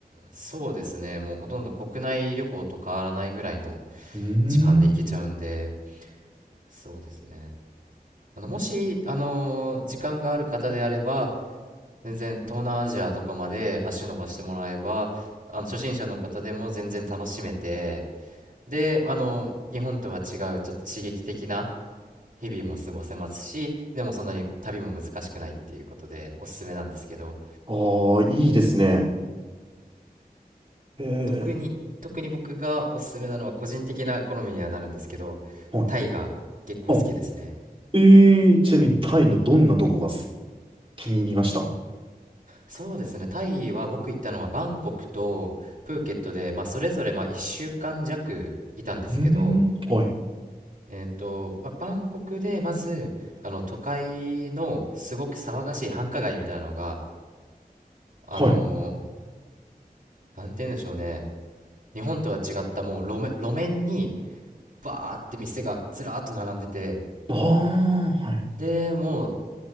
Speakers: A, on the right; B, on the right.
A: そうですね。もうほとんど国内旅行と変わらないぐらいの
B: うーん。
A: 時間で行けちゃうんで、そうですね。あの、もし、あのー時間がある方であれば、全然東南アジアとかまで足伸ばしてもらえば、あの、初心者の方でも全然楽しめて、で、あの、日本とは違う、ちょっと刺激的な日々も過ごせますし、でもそんなに旅も難しくないっていうことで、おすすめなんですけど、
B: ああ、いいですね。え
A: 特に、特に僕がおすすめなのは個人的な好みにはなるんですけど、
B: え。は
A: タイが結構好きですね。
B: い。ええーちなみにタイのどんなとこがす
A: うん。
B: 気に入りましたは
A: そうですね。タイは僕行ったのはバンコクとプーケットで、まあ、それぞれまあ1週間弱いたんですけど、
B: うーん。はい。
A: えっと、まあ、バンコクでまずあの都会のすごく騒がしい繁華街みたいなのが、あの
B: はい。
A: ーなんて言うんでしょうね。日本とは違ったもう路面、路面にバーって店がずらーっと並んでて、
B: ああ、はい。
A: で、もう